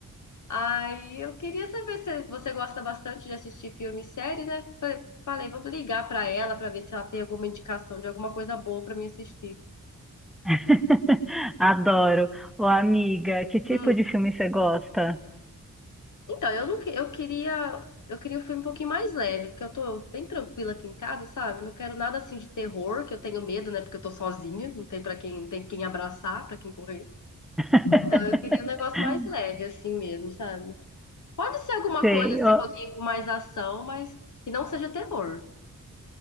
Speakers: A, on the left; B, in the centre.
A: Aí eu queria saber se você gosta bastante de assistir filme e série, né? Falei, falei, vou ligar pra ela pra ver se ela tem alguma indicação de alguma coisa boa pra mim assistir.
B: <laughs> Adoro. Ô, amiga, que tipo
A: Hum,
B: de filme você gosta?
A: Então, eu não, que- eu queria, eu queria um filme um pouquinho mais leve, porque eu tô bem tranquila aqui em casa, sabe? Não quero nada assim de terror, que eu tenho medo, né? Porque eu tô sozinha, não tem para quem, não tem quem abraçar, pra quem correr.
B: <laughs>
A: Então, eu queria um negócio mais leve assim mesmo, sabe? Pode ser alguma
B: Sei.
A: coisa assim,
B: Ô,
A: um pouquinho com mais ação, mas que não seja terror.